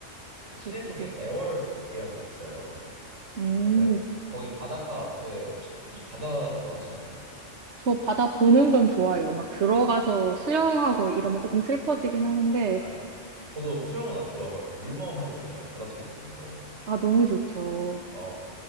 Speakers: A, on the right; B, on the right.
A: 돼지
B: 그 시내 쪽에 애월이라고 있어요.
A: 음,
B: 약간 거기 바닷가 앞에 혹시 혹시 바다 좋아하시나요?
A: 저 바다 보는 건 좋아요. 막 들어가서 수영하고 이러면 조금 슬퍼지긴 하는데,
B: 아, 예. 저도 수영은 안 좋아하고 약간 물멍하는 거 있잖아요. 바닷소리 들으면서.
A: 아, 너무 좋죠.
B: 어,